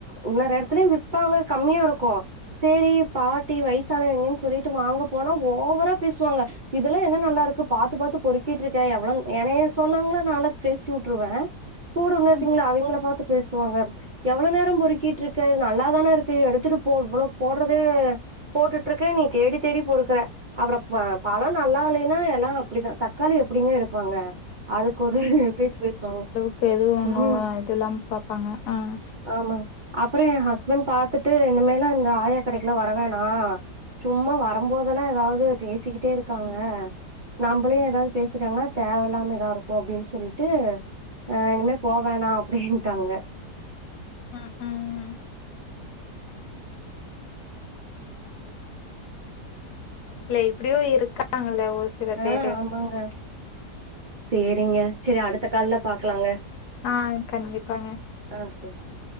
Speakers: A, on the right (about 40°); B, on the left (about 75°).
A: இன்னொரு எடத்துலயு விப்பாங்க கம்மியாருக்கு சேரி பாட்டி வயசானவிங்கன் சொல்லிட்டு வாங்க போனா ஓவரா பேசுவாங்க இதெல்லா என்ன நல்லாருக்கு பாத்து பாத்து பொறுக்கிட்ருக்க எவ்ள எனைய சொன்னாங்கன்னா நாளா பேசிவுட்ருவ கூட உன்னர்ச்சீங்ள
B: ம்
A: அவிங்கள பாத்து பேசுவாங்க எவ்ள நேர பொறுக்கிட்ருக்க இது நல்லாதானே இருக்கு எடுத்துட்டு போ இவ்ளோ போட்றதே போட்டுட்ருக்க நீ தேடி தேடி பொருக்குற அப்ரோ ப பழம் நல்லால்லேனா எல்லா அப்டித்தா தக்காளி எப்டிங்க எடுப்பாங்க அதுக்கொரு பேச்சு பேசுவாங்க
B: க்கு எதுவு
A: ம்
B: ணு இதுலாம பாப்பாங்க ம்
A: ஆமாங் அப்பற எ ஹஸ்பண்ட் பாத்துட்டு இனிமேல்லா இங்க ஆயா கடைக்லா வரவேனா சும்மா வரம்போத் லா ஏதாவது பேசிக்கிட்டே இருக்காங்க நம்பளையுன ஏதாவது பேசிட்டாங்கன்னா தேவையில்லாம இதாருக் அப்டின் சொல்லிட்டு அ இனிமே போவேணா அப்டின்ட்டாங்க
B: ம் ம் க்லே இப்டியு இருக்காங்கல்ல ஒரு சில
A: அ
B: பேரு
A: ஆமாங்க சேரிங்க சரி அடுத்த கால்ல பாக்லாங்க
B: ஆ கண்டிப்பாங்க
A: ஆ செரிங்க